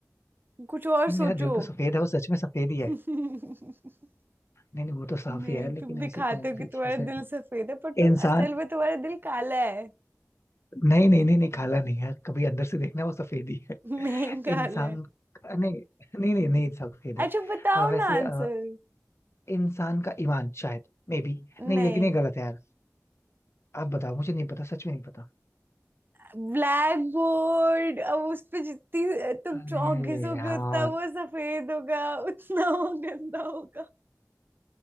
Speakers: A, on the right; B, on the left.
A: कुछ और
B: नहीं
A: सोचो
B: मेरा दिल तो सफेद है वो सच में सफेद ही
A: <laughs>
B: है नहीं नहीं वो तो साफ
A: नहीं
B: ही है लेकिन
A: तुम दिखाते
B: ऐसी कौन
A: हो
B: सी
A: कि तुम्हारा
B: चीज है
A: दिल सफेद है पर तुम
B: इंसान
A: असल में तुम्हारा दिल काला है
B: नहीं नहीं नहीं नहीं काला नहीं है कभी अंदर से देखना वो सफेद ही है
A: <laughs> नहीं काला
B: इंसान
A: है
B: नहीं नहीं नहीं नहीं सफेद है
A: अच्छा बताओ
B: अ, वैसे
A: ना आंसर
B: अ, इंसान का ईमान शायद मे बी नहीं
A: नहीं
B: लेकिन ये गलत है यार आप बताओ मुझे नहीं पता सच में नहीं पता
A: Black board अब उस पे जितनी तुम
B: अरे
A: चौक घिसोगे
B: यार
A: उतना वो सफेद होगा उतना वो गंदा होगा